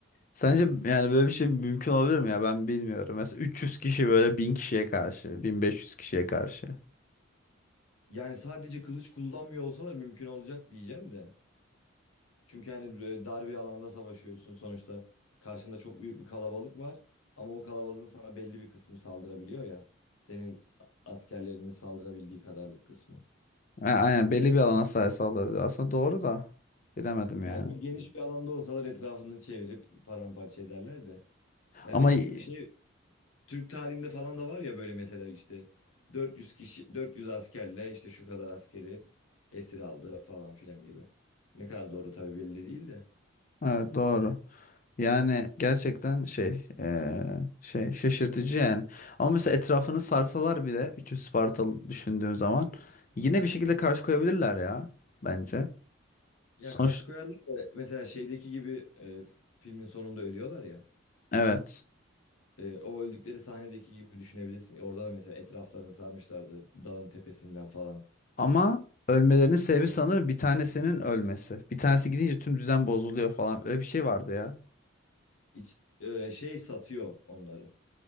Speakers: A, on the left (about 40°); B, on the left (about 80°).
A: Sence yani böyle bir şey mümkün olabilir mi ya? Ben bilmiyorum. Mesela 300 kişi böyle 1000 kişiye karşı, 1500 kişiye karşı.
B: Yani sadece kılıç kullanmıyor olsalar mümkün olacak diyeceğim de. Çünkü hani böyle dar bir alanda savaşıyorsun sonuçta karşında çok büyük bir kalabalık var ama o kalabalığın sana belli bir kısmı saldırabiliyor ya. Senin askerlerinin saldırabildiği kadarlık kısmı.
A: Ha, aynen belli bir alana sahip saldırıyor. Aslında doğru da bilemedim yani.
B: Yani çok geniş bir alanda olsalar etrafını çevirip paramparça ederler de. Yani
A: Ama
B: ç-
A: y-
B: şey Türk tarihinde falan da var ya böyle mesela işte 400 kişi 400 askerle işte şu kadar askeri esir aldı falan filan gibi. Ne kadar doğru tabii belli değil de.
A: evet doğru. Yani gerçekten şey eee, şey şaşırtıcı yani. Ama mesela etrafını sarsalar bile 300 Spartalı düşündüğüm zaman yine bir şekilde karşı koyabilirler ya bence.
B: Ya
A: Sonuç
B: karşı koyarlar da mesela şeydeki gibi e, filmin sonunda ölüyorlar ya.
A: evet.
B: E, o öldükleri sahnedeki gibi düşünebilirsin. Orada da mesela etraflarını sarmışlardı dağın tepesinden falan.
A: Ama ölmelerinin sebebi sanırım bir tanesinin ölmesi. Bir tanesi gidince tüm düzen bozuluyor falan. Öyle bir şey vardı ya.
B: İç, e, şey satıyor onları.